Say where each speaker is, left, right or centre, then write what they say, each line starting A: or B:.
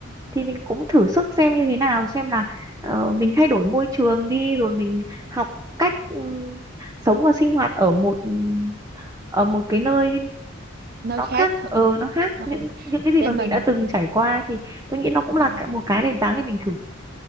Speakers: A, on the right; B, on the right.
A: thì mình cũng thử sức xem như thế nào xem là ờ, mình thay đổi môi trường đi rồi mình học cách ừ, sống và sinh hoạt ở một ở một cái nơi
B: nơi
A: nó
B: khác
A: khác
B: thật
A: ờ nó khác
B: ừ.
A: những những cái gì
B: để
A: mà
B: mình
A: mình đã từng trải qua thì tôi nghĩ nó cũng là
B: ừ.
A: cái- một cái nền tảng để mình thử